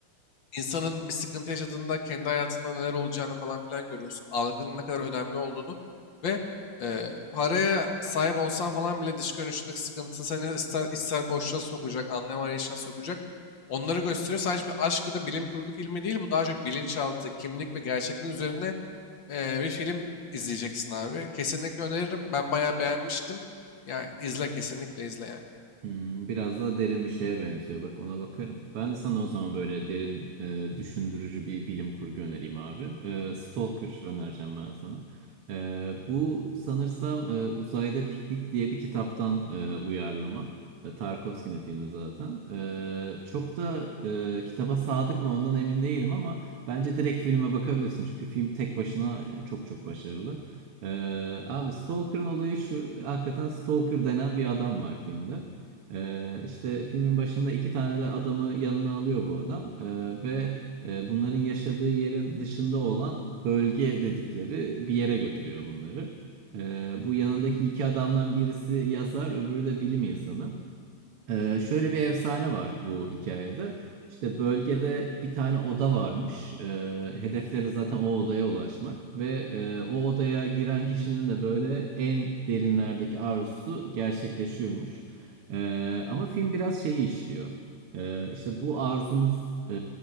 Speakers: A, on the left (about 60°); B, on the right (about 85°).
A: insanın bir sıkıntı yaşadığında kendi hayatında neler olacağını falan filan görüyorsun. Algının ne kadar önemli olduğunu ve e, paraya sahip olsan falan bile dış görünüşündeki sıkıntı seni ister, ister boşluğa sokacak, anlam arayışına sokacak. Onları gösteriyor. Sadece bir aşk ya da bilim kurgu filmi değil. Bu daha çok bilinçaltı, kimlik ve gerçeklik üzerine e, bir film izleyeceksin abi. Kesinlikle öneririm. Ben bayağı beğenmiştim. Yani izle kesinlikle izle yani.
B: Hmm, biraz daha derin bir şeye benziyor. Bak ona bakarım. Ben de sana o zaman böyle derin, e, düşündürücü bir bilim kurgu önereyim abi. E, Stalker önereceğim ben sana. E, bu sanırsam e, Uzayda Piknik diye bir kitaptan e, uyarlama. E, Tarkovski'nin filmi zaten. E, çok da e, kitaba sadık mı ondan emin değilim ama bence direkt filme bakabilirsin. Çünkü film tek başına e, çok çok başarılı. E, abi Stalker'ın olayı şu. Hakikaten Stalker denen bir adam var filmde. Ee, işte filmin başında iki tane de adamı yanına alıyor bu adam Ee, ve e, bunların yaşadığı yerin dışında olan bölge dedikleri bir yere götürüyor bunları. Ee, bu yanındaki iki adamdan birisi yazar, öbürü de bilim insanı. Ee, şöyle bir efsane var bu hikayede. İşte bölgede bir tane oda varmış. Ee, hedefleri zaten o odaya ulaşmak ve e, o odaya giren kişinin de böyle en derinlerdeki arzusu gerçekleşiyormuş. Ee, ama film biraz şeyi işliyor. Ee, işte bu arzumuz e,